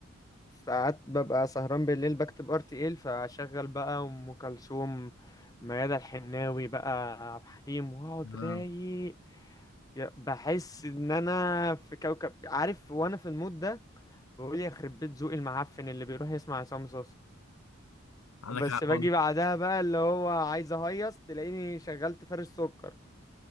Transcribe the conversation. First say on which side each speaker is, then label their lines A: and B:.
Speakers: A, on the left; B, on the left.
A: ساعات ببقى سهران بالليل بكتب ار تي ال فاشغل بقى ام كلثوم ميادة الحناوي بقى عبد الحليم واقعد
B: آه،
A: رايق يا- بحس ان انا في كوكب عارف وانا في المود ده بقول يخرب بيت ذوقي المعفن اللي بيروح يسمع عصام صاصا
B: عندك
A: بس
B: حق
A: باجي بعدها بقى اللي هو عايز اهيص تلاقيني شغلت فارش سكر